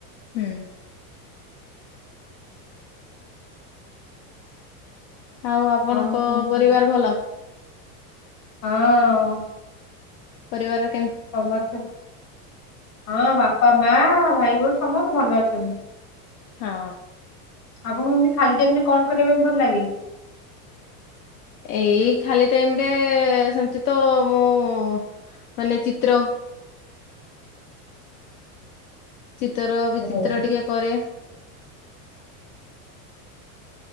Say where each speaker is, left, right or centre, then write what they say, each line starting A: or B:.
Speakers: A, on the left; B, on the left.
A: ହୁଁ। ଆଉ ଆପଣଙ୍କ
B: କଣ କୁହନ୍ତୁ
A: ପରିବାର ଭଲ?
B: ହଁ।
A: ପରିବାର ରେ
B: ସମନ୍ତେ ହଁ ବାପା ମା ଭାଇ ବୋଉ ସମସ୍ତେ ଭଲ ଅଛନ୍ତି।
A: ହଁ।
B: ଆପଣଙ୍କୁ ଏମିତି ଖାଲି ଟାଇମ୍ ରେ କଣ କରିବା ପାଇଁ ଭଲ ଲାଗେ।
A: ଏଇ ଖାଲି ଟାଇମ ରେ ସେମତି ତ ମୁଁ ମାନେ ଚିତ୍ର। ଚିତ୍ର ବିଚିତ୍ର
B: ତ
A: ଟିକେ କରେ।